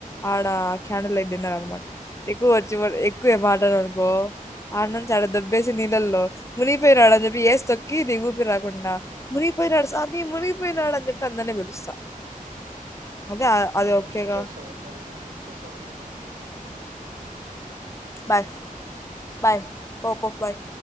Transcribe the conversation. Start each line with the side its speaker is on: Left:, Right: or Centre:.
Left: ఆడ క్యాండిల్ లైట్ డిన్నర్ అనమాట ఎక్కువ వచ్చి వ ఎక్కువే మాట్లడనుకో ఆడ నుంచి ఆడ దోబ్బేసి నీళ్ళల్లో మునిగిపోయినాడ అని చెప్పి ఏసి తొక్కి నీకు ఊపిరి రా కుండా మునిగిపోయినాడు స్వామి మునిగిపోయినాడు అని చెప్పి అందరినీ పిలుస్తా అదే అది
Right: నేను
Left: ఒకే
Right: ముంచేస్తా
Left: గా
Right: మరి నేను ముంచేసే వాళ్ళతో మాట్లాడను బాయ్
Left: బాయ్ బాయ్ పొ పొ బాయ్